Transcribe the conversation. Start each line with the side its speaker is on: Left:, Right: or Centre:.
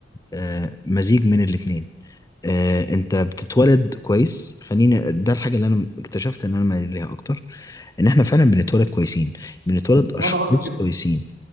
Left: آه، مزيج من الاتنين آه، انت بتتولد كويس خليني ده الحاجه اللي انا اكتشفت ان انا مايل ليها اكتر ان احنا فعلا بنتولد كويسين بنتولد اشخاص
Right: وانا برضو كده
Left: كويسين